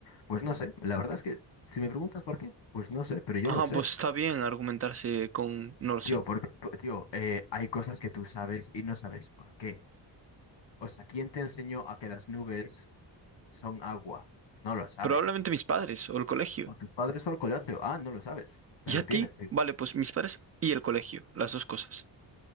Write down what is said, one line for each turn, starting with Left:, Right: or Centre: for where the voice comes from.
Left: pues no sé. La verdad es que si me preguntas por qué, pues no sé, pero yo
Right: Ah,
Left: lo sé.
Right: pues está bien argumentarse con, no lo sé.
Left: Tío, porque, po- tío, eh, hay cosas que tú sabes y no sabes por qué. O sea, ¿quién te enseñó a que las nubes son agua? No lo sabes.
Right: Probablemente mis padres o el colegio.
Left: O tus padres o el colegio. Ah, no lo sabes. Ahí
Right: ¿Y
Left: lo
Right: a ti?
Left: tienes.
Right: Vale, pues mis padres y el colegio, las dos cosas.